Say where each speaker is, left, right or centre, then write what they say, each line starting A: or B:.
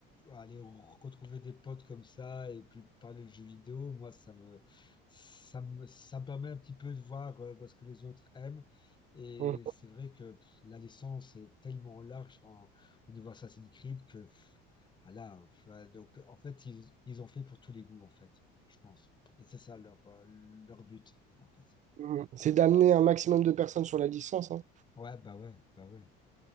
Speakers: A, on the left; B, on the right.
A: aller re- retrouver des potes comme ça et puis parler de jeux vidéo, moi, ça me, ça me, ça me permet un petit peu de voir euh, bah, ce que les autres aiment. Et
B: Mhm.
A: c'est vrai que pff, la licence est tellement large en, au niveau Assassin's Creed que pff, voilà, enfin, donc, en fait, ils, ils ont fait pour tous les goûts, en fait, je pense. Et c'est ça leur, euh, leur but, en fait.
B: Mhm. C'est d'amener un maximum de personnes sur la licence, hein.
A: Ouais, bah ouais, bah ouais,